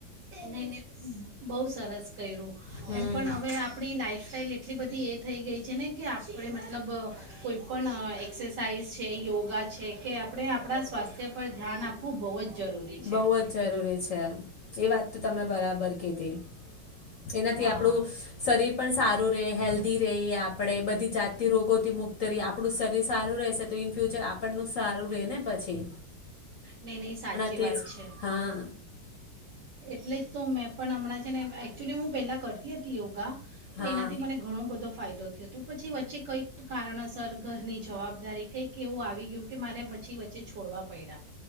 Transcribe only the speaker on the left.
હમ
બઉ જ જરૂરી છે. અચ્ એ વાત તો તમે બરાબર કિધી એનાથી
આપણું શરીર પણ સારું રહ હેલ્ધી રહે આપણેે બધી જાત રોગોથી મુક્ તરી આપણું શરીર સારું રહેશે તો ઇન ફ્યુચર આપણનું સારું રહે ને પછી
તે
જ
હા.
હા